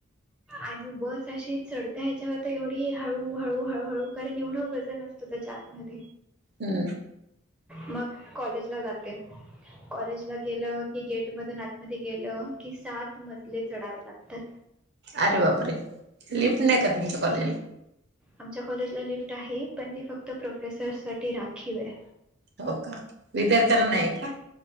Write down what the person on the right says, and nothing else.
हम्म
अरे बापरे, लिफ्ट नाही का तुमच्या कॉलेजला.
हो का. विद्यार्थ्यांना नाही का.